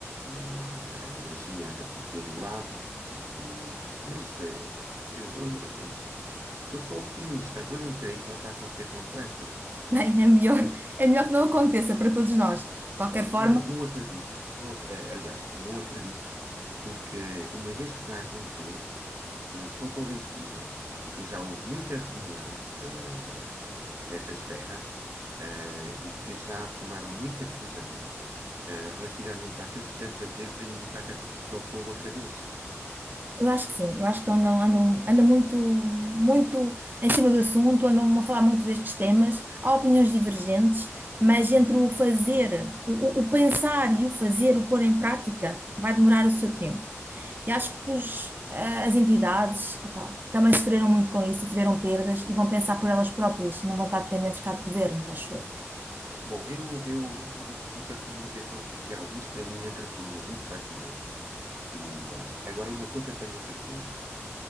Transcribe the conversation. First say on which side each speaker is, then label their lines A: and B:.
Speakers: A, on the right; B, on the right.
A: o, ah, a energia anda por todo o lado. O, mas eh, eu, eu, eu- eu sou optimista, eu não creio que volte a acontecer tão depressa.
B: <laughs> Bem, é melhor, é melhor que não aconteça para todos nós. De qualquer forma,
A: Não, não acredito. Não ac- eh, aliás, não acredito, porque uma vez que já aconteceu. Eu estou convencido que já houve muita reunião, eh, nessa esfera, eh, e que já tomaram muita decisão, eh, relativamente àquilo que se deve fazer para evitar que, ac- que ocorra outra vez.
B: Eu acho que sim, eu acho que andam, andam, andam muito, muito em cima do assunto, andam a falar muito destes temas. Há opiniões divergentes, mas entre o fazer, o, o- o pensar e o fazer, o pôr em prática, vai demorar o seu tempo. E acho que os, eh, as entidades, opá, também sofreram muito com isso e tiveram perdas e vão pensar por elas próprias, não vão estar dependentes cá de governos, acho eu.
A: Bom, eu, eu, o, que o que a comunicação social diz, para mim, entra por um ouvido e sai por outro. O, eh, agora, uma coisa tenho a certeza: